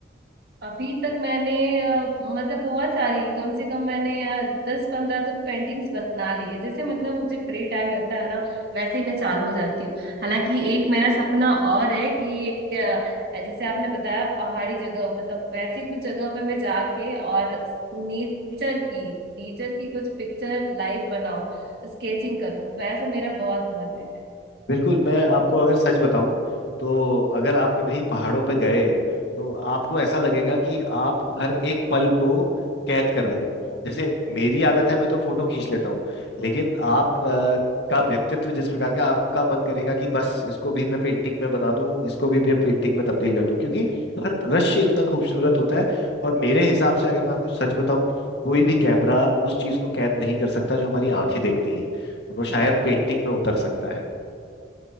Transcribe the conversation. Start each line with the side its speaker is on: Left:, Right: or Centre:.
Right: अभी तक मैंने अ, मतलब बहुत सारी कम से कम मैंने दस पंद्रह तो पेंटिंग्स बना ली है जैसे मतलब मुझे फ्री टाइम मिलता है ना वैसे ही मैं चालू हो जाती हूँ हालांकि एक मेरा सपना और है कि अ, जैसे आपने बताया पहाड़ी जगह मतलब वैसी कुछ जगह पे मैं जाके और नेचर की नेचर की कुछ पिक्चर लाइव बनाऊं स्केचिंग करूं वैसा मेरा बहुत मन है
Left: बिल्कुल मैं आपको अगर सच बताऊं तो अगर आप कभी पहाड़ों पे गए तो आपको ऐसा लगेगा कि आप हर एक पल को कैद कर लें जैसे मेरी आदत है मैं तो फोटो खींच लेता हूँ लेकिन आप अ, का व्यक्तित्व जिस प्रकार का आपका मन करेगा कि बस इसको भी मैं पेंटिंग में बना दूं इसको भी मैं पेंटिंग में तब्दील कर दूं क्योंकि हर दृश्य इतना खूबसूरत होता है और मेरे हिसाब से अगर मैं आपको सच बताऊं कोई भी कैमरा उस चीज को कैद नहीं कर सकता जो हमारी आंखें देखती हैं और वो शायद पेंटिंग में उतर सकता है